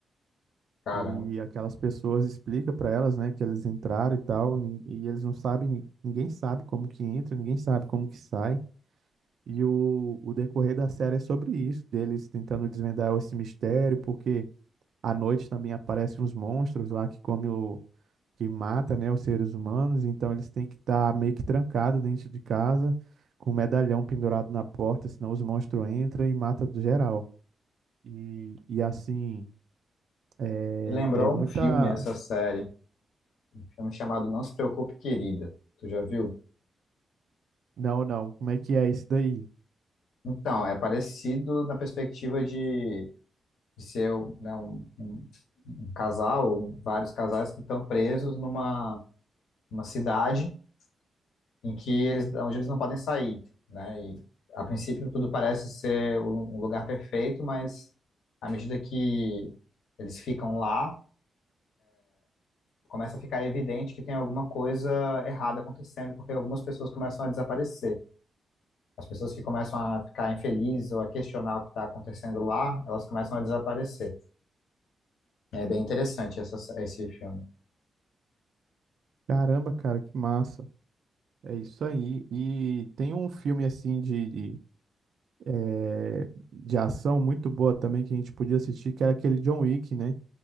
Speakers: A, on the left; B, on the right.
A: cara.
B: E aquelas pessoas explicam pra elas, né, que eles entraram e tal. nin- E eles não sabem, ninguém sabe como que entra, ninguém sabe como que sai. E o, o decorrer da série é sobre isso, deles tentando desvendar esse mistério, porque. À noite também aparecem uns monstros lá que come o que mata, né, os seres humanos, então eles têm que estar meio que trancados dentro de casa, com um medalhão pendurado na porta, senão os monstros entram e matam do geral. E, e assim, é,
A: Me lembrou
B: é muita.
A: um filme, essa série, um filme chamado Não Se Preocupe, Querida. Tu já viu?
B: Não, não, como é que é isso daí?
A: Então, é parecido na perspectiva de, de ser né, um, um- um casal, vários casais que estão presos numa, numa cidade em que eles, onde eles não podem sair, né? E a princípio tudo parece ser um um lugar perfeito, mas à medida que eles ficam lá, começa a ficar evidente que tem alguma coisa errada acontecendo, porque algumas pessoas começam a desaparecer. As pessoas que começam a ficar infelizes ou a questionar o que está acontecendo lá, elas começam a desaparecer. É bem interessante essa, esse filme.
B: Caramba, cara, que massa. É isso aí. E tem um filme assim de, de, eh, de ação muito boa também que a gente podia assistir, que era aquele John Wick, né?